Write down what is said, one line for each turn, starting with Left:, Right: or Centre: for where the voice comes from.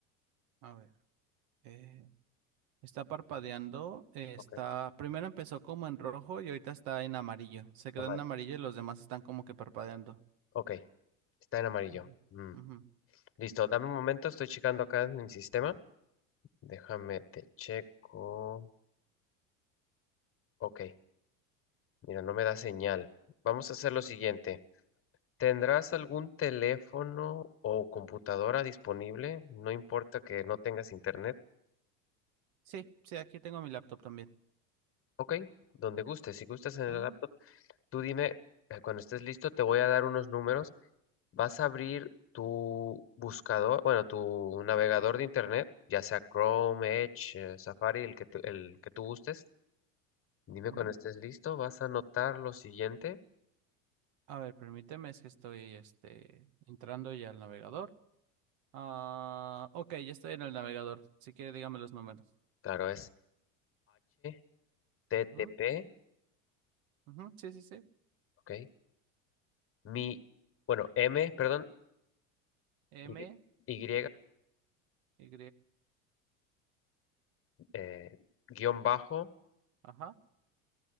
Right: A ver, eh, está parpadeando, eh, está,
Left: Ok,
Right: primero empezó como en rojo y ahorita está en amarillo. Se quedó
Left: amarillo.
Right: en amarillo y los demás están como que parpadeando.
Left: Ok, está en amarillo.
Right: Ujú.
Left: Mm.
Right: Ujú.
Left: Listo, dame un momento, estoy checando acá en mi sistema. Déjame, te checo. Ok, mira, no me da señal. Vamos a hacer lo siguiente. ¿Tendrás algún teléfono o computadora disponible? No importa que no tengas internet.
Right: Sí, sí, aquí tengo mi laptop también.
Left: Ok, donde gustes. Si gustas en el
Right: Ujú,
Left: laptop, tú dime, eh, cuando estés listo, te voy a dar unos números. Vas a abrir tu buscador, bueno, tu navegador de internet, ya sea Chrome, Edge, eh, Safari, el que tú, el que tú gustes. Dime
Right: ujú.
Left: cuando estés listo, vas a anotar lo siguiente.
Right: A ver, permíteme, es que estoy, este, entrando ya al navegador. Ah, ok, ya estoy en el navegador. Si quiere, dígame los números.
Left: Claro, es HTTP,
Right: Ujú, ujú, Sí, sí, sí.
Left: ¿ok? Mi, bueno, M, perdón,
Right: M,
Left: Y, y,
Right: Y,
Left: eh, guión bajo,
Right: ajá,